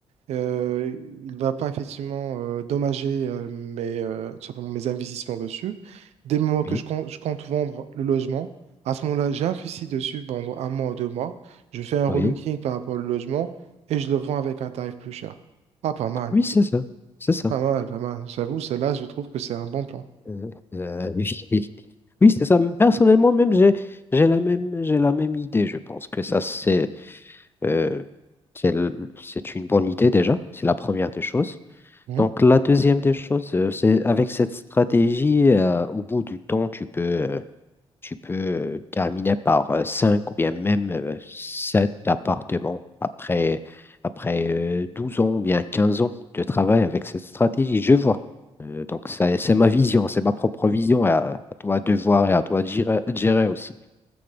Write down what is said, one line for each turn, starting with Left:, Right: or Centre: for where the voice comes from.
Right: Euh, il va pas effectivement euh, dommager euh, mes, euh, tout simplement mes investissements dessus. Dès le moment que
Left: Oui,
Right: je compte, je compte vendre le logement, à ce moment-là, j'investis dessus pendant un mois ou deux mois. Je fais un relooking
Left: oui,
Right: par rapport au logement et je le vends avec un tarif plus cher. Ah, pas mal,
Left: oui, c'est ça. C'est ça.
Right: pas mal, pas mal. J'avoue, celle-là, je trouve que c'est un bon plan.
Left: Euh, euh, <laughs> oui, oui, c'est ça. Personnellement, même, j'ai, j'ai la même, j'ai la même idée. Je pense que ça, c'est, Euh, c'est l- c'est une bonne idée déjà, c'est la première des choses.
Right: Mhm.
Left: Donc la deuxième des choses, euh, c'est avec cette stratégie, euh, au bout du temps, tu peux, euh, tu peux euh, terminer par euh, cinq ou bien même euh, sept appartements après, après euh, 12 ans ou bien 15 ans de travail avec cette stratégie. Je vois. Euh, donc ça- c'est ma vision, c'est ma propre vision, à, à toi de voir et à toi de gérer, de gérer aussi.